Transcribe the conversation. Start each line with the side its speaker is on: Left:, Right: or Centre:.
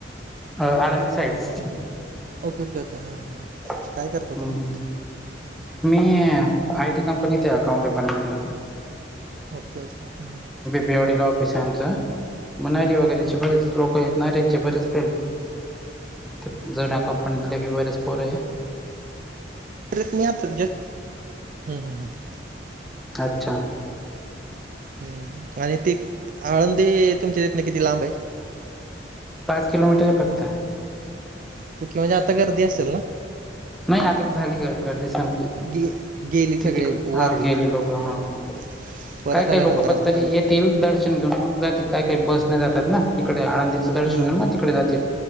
Centre: अ Alandi sides.
Right: Okay okay okay, हां हां हां.
Centre: हम्म
Right: काय करता तुम्ही
Centre: हम्. मी आय टी कंपनीत आहे, अकाउंट डिपार्टमेंटला.
Right: ओके ओके, हम्म.
Centre: बिवडीला ऑफिस आहे आमचं, मनारी वगैरेचे
Right: ओके
Centre: बरेच
Right: ओके
Centre: लोक आहेत, ना ऱ्याचे बरेच <unintelligible> जुन्या कंपनीतले बी बरेच पोरय.
Right: <unintelligible> हम्म हम्म हम्म.
Centre: अच्छा.
Right: हम्, आणि ती आळंदी तुमच्या इतन किती लांब आहे?
Centre: पाच किलोमीटर फक्त.
Right: त कि <unintelligible> आता गर्दी असेल ना.
Centre: नाही, आता झाली ग गर्दी संप
Right: गे गेली सगळे
Centre: तितीकड,
Right: वारीला
Centre: हा गेले लोकं,
Right: हम्म.
Centre: हा हा.
Right: परत
Centre: काय
Right: आल्यानंतरच
Centre: काय लोक पण
Right: होता
Centre: तरी
Right: गर्दी
Centre: येतील, दर्श शण घेऊन मग जातील, काही काही बस ने जातात ना, इकडे आळंदीचं दर्शन
Right: हम्म.
Centre: घेऊन मग तिकडे जातील.